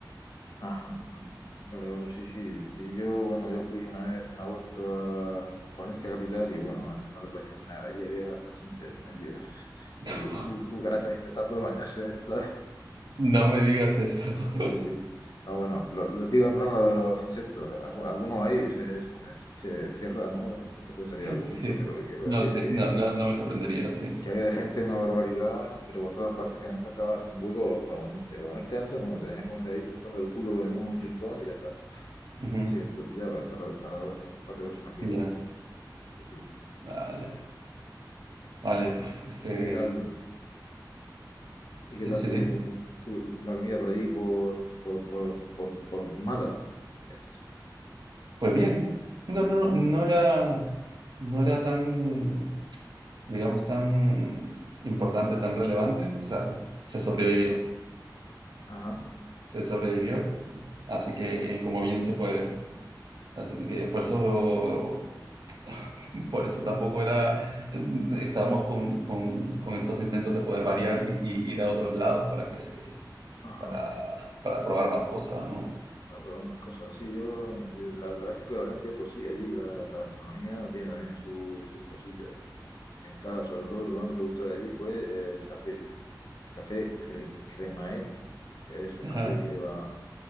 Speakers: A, on the left; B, on the right.
A: Ajá, vale, vale, sí, sí. Y yo, bueno, yo fui una vez en agosto a Valencia Capital y bueno, vale, no te puedes imaginar, allí había hasta chinches medio
B: <laughs>
A: y, y cucarachas intentando bañarse en la playa.
B: No me digas eso. <laughs>
A: Sí, sí. No, bueno, lo, lo digo en broma lo de los insectos. Algu- Algunos hay, es, es- es, eh, tierra, ¿no? Te puede salir algún
B: Sí.
A: bicho, pero quiero
B: No,
A: decir
B: sí,
A: que
B: no, no, no me sorprendería, sí.
A: que había de gente una barbaridad, pero por todas partes, que no encontrabas un hueco para ponerte. Para ponerte ancho, no, te tenías que poner ahí sentando el culo en un rincón y ya está.
B: Ujú,
A: Si sí, aquí lo pillabas para, para, para, un par de personas que
B: Ya,
A: íbamos. Sí, sí.
B: vale. Vale, puf, es que...
A: ¿Y qué tal,
B: Sí,
A: y qué tal
B: sí,
A: tu,
B: sí.
A: tu, la comida por allí, por, por, por, por, por Málaga? Leches.
B: Pues bien. No, no, no, no era... No era tan, digamos, tan importante, tan relevante. O sea, se sobrevivió.
A: Ajá,
B: Se sobrevivió. Así que, eh, como bien se puede. Así que por eso <laughs> Por eso tampoco era, estábamos con, con- con estos intentos de poder variar y, y ir a otros lados para que se,
A: ajá.
B: para, para probar más cosas, ¿no?
A: Ah, Pero más cosas. Sí, yo, yo la, la, vez que fui a Valencia, pues sí, allí la, la gastronomía tiene también su, sus cosillas. Está, sobre todo, lo que más me gustó de allí fue el café. Café cre Cremaet es un
B: Ajá,
A: café que lleva,